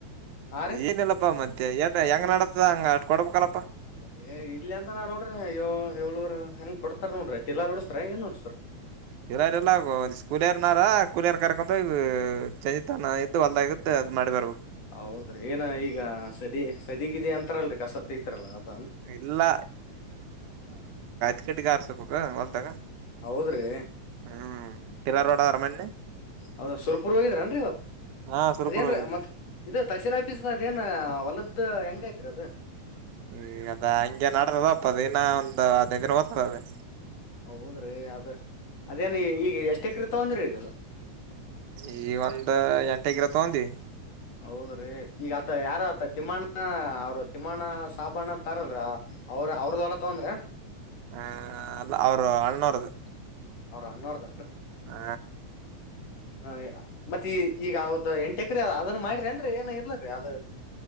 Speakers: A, on the left; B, on the right.
A: ಆ ರೀ
B: ಏನಲ್ಲಪ್ಪ ಮತ್ತ ಎ ಹೆಂಗ ನಡ್ದ ಹಂಗ ಅಷ್ಟ ಕೊಡಬಕಲ
A: ಅ ಇಲಿ ಅಂತ ನಾ ನೋಡ್ರಿ ಅಯ್ಯೋ ಹೇಳೂರ ಹಂಗ್ ಕೊಡ್ತಾರ ನೋಡ್ರ ಟೀಲರ್ಹೊಡಿಸಿತೀರಾ ಹೆಂಗನ್ ಹೊಡಿಸ್ತೀರಾ
B: ಇಲ್ಲಲ್ಲ ಕೂಲಿಯರ್ನಾರ ಕಕೂಲಿಯರ್ ಕರ್ಕೊಂಡ ಇದ್ದ ಹೊಲ್ದಾಗಿತ್ತು ಅದು ಮಾಡಿ ಬರಬೇಕು
A: ಹೌದ್ರಿ ಏನ ಈಗ ಸದ ಸದಗಿದ ಅಂತಾರಲ್ರರಿ ಕಸತೆಗಿತಾರಲ್ಲ ಅದ
B: ಇಲ್ಲ ಚೀಟಿಕಹಾಸಿರಬೇಕು ಹೊಲ್ದಾಗ
A: ಹೌದ್ರೀ
B: ಹ್ಮ್ ಟಿಲ್ಲರ್ ಹೊಡದಾರ ಮೊನ್ನೆ
A: ಹೌದ ಸುರ್ಪುರ್ ಹೋಗಿದ್ರನ್ರಿ ಇವತ್ತು
B: ಹಾ ಸುರಪುರ
A: ಅದೇನ್ರೀ
B: ಹೋದ್ವಿ
A: ಮತ್ತ ಇದ ತಹಸೀಲ್ ಹಫೀಸ್ನ ಅದೇನು ಹೊಲದ್ ಹೆಂಗ ಐತ್ರಿ ಅದು
B: ಹ್ಮ ಅದ ಹಿಂಗೆ ನಡ್ರದದಪ್ಪ ಅದು ಇನ್ನ ಹದಿನೈ ದಿನ ಹೋದಾತವೇ
A: ಹೌದ್ರೀ ಅದ್ರ ಅದೇನ ಈಗ ಎಷ್ಟೇ ಎಕರೇ ತೊಂದ್ರೆ ಇದೆಲ್ಲ
B: ಈ ಒಂದ ಎಂಟು ಎಕರೆ ತಕೊದೀವಿ
A: ಹೌದ್ರೀ ಈಗ ಆತ್ತ ಯಾರ ಆ ತಿಮ್ಮಣ್ಣ ಹ ಅವ್ರು ತಿಮ್ಮಣ್ಣ ಸಾಬಣ್ಣ ಅಂತ ತಾರಲ್ರ ಅವ್ರ ಅವ್ರದ ಎಲ್ಲಾ ತಕೊಂದ್ರ
B: ಹ ಅಲ್ಲ ಅವರು ಅಣ್ಣೋಹವರದು
A: ಅವರ ಅಣ್ಣೋವರದ
B: ಹ್ಮ್
A: ಹ ಮತ್ತೆ ಈ ಈಗ ಅವ್ದ ಎಂಟ್ ಎಕೆರೆ ಆದ ಅದನ್ ಮಾಡ್ರಿ ಅಏನ್ರಿ ಏನ ಇರ್ಲರಿರಿ ಅದ